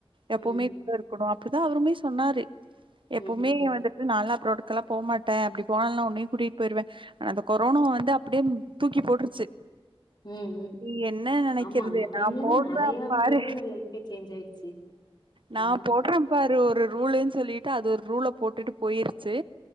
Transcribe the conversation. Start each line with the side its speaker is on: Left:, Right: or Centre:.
Right: எப்பவுமேக்
Left: ம்,
Right: கூட இருக்குணு அப்டிதா அவுருமே சொன்னாரு எப்பவுமே
Left: ம், ம்,
Right: வந்துட் டு நால்லா அப்ராடுக்கல்லாப் போமாட்டே அப்டி போனாலு நா உன்னையு கூட்டிட் போய்ருவே அன் அந்தக் கொரோனா வந்து அப்டியேம் தூக்கி போட்ருச்சு
Left: ம், ம்.
Right: நீ என்ன நெனைக்கிறது
Left: ஆமா, அந்த டைம்ல
Right: நாப் போட்றேம்
Left: தான் நெறைய
Right: பாரு
Left: பேரோட லைஃபே சேஞ்ச் ஆயிடுச்சு.
Right: நாம்
Left: ம்.
Right: போட்றேம் பாரு ஒரு ரூலுன் சொல்லிட்டு அது ஒரு ரூலப் போட்டுட்டுப் போயிருச்சு